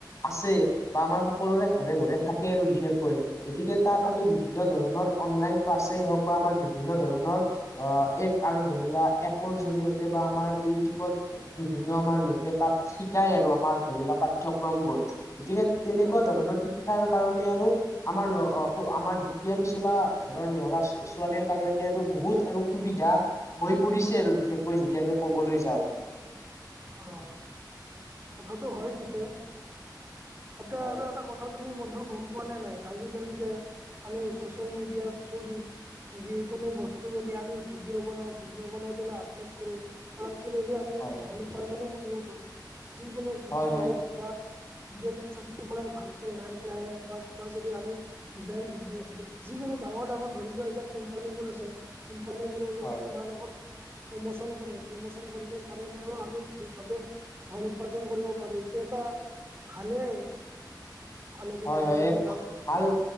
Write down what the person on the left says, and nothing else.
আছে বা আমাৰ সকলোৰে ঘৰে ঘৰে থাকে আৰু বিশেষকৈ গতিকে তাত
আমি বিভিন্ন ধৰণৰ অনলাইন ক্লাছেই হওঁক বা আমাৰ বিভিন্ন ধৰণৰ অ এক আৰু ধৰি লোৱা এপৰ জৰিয়তে বা আমাৰ ইউটিউবত বিভিন্ন আমাৰ লোকে তাত শিকায় আৰু আমাৰ ধৰি লোৱা পাঠ্যক্ৰম বোৰ গতিকে তেনেকুৱা
ধৰণৰ শিক্ষাৰ কাৰণে আৰু আমাৰ আমাৰ দুখীয়া নিচলা ঘৰৰ ল'ৰা ছোৱালীৰ কাৰণে আৰু বহুত আৰু সুবিধা হৈ পৰিছে আৰু বিশেষকৈ যদি আমি কবলৈ যাওঁ
হয়
হয়
হয় হয়
হয়
হয়
হয়
এক
ভাল